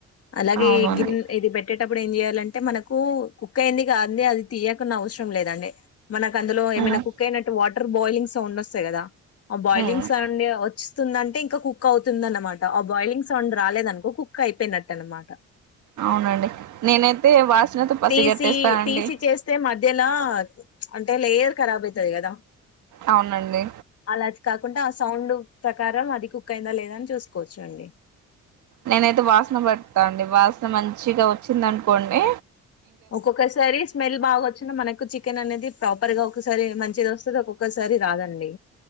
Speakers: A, on the left; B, on the right.
A: అలాగే
B: అవునండి
A: ఈ గిన్న ఇది పెట్టే అప్పుడు ఏం చెయాలంటే మనకు కుక్ అయింది కాదంది అది తీయకుండా అవసరం లేదండి మనకు అందులో
B: మ్మ్
A: ఏమైనా కుక్ అయినట్టు వాటర్ బాయిలింగ్ సౌండ్ వస్తాయి కదా ఆ బాయిలింగ్
B: మ్మ్
A: సౌండ్ వచ్చిస్తుందంటే ఇంకా కుక్ అవుతుంది అనమాట ఆ బాయిలింగ్ సౌండ్ రాలేదనుకో కుక్ అయిపోయినట్టు అనమాట
B: అవునండి నేనైతే వాసనతో పసిగట్టేస్తానండి
A: తీసి తీసి చేస్తే మధ్యలా అంటే లేయర్ ఖరాబ్ అవుతది కదా
B: అవునండి
A: అలాది కాకుండా ఆ సౌండ్ ప్రకారం అది బుక్ అయిందా లేదా అని చూసుకోవచ్చు అండి
B: నేనైతే వాసన పడతా అండి. వాసన మంచిగా వచ్చింది అనుకోండి
A: ఒక్కొక్కసారి స్మెల్ బాగా వచ్చినా, మనకు చికెన్ అనేది రిగా ఒక్కసారి మంచిది వస్తుంది ఒక్కొక్కసారి రాదండి